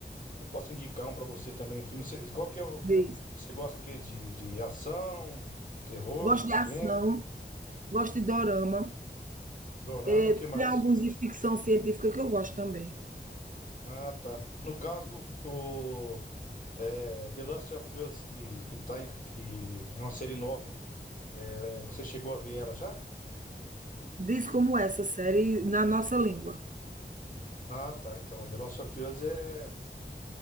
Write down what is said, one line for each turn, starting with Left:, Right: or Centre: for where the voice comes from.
Left: se eu posso indicar um pra você também, filme. Você- qual que é o.
Right: Diz.
Left: Você gosta o De, de ação, terror,
Right: Gosto
Left: suspense,
Right: de ação, gosto de dorama.
Left: ah, dorama,
Right: É,
Left: o que mais?
Right: tem alguns de ficção científica que eu gosto também.
Left: Ah, tá. No caso, o é, The Last of Us, que, que tá em que, é uma série nova, é, você chegou a ver ela já?
Right: Diz como essa série na nossa língua.
Left: Ah, tá. Então, The Last of Us é,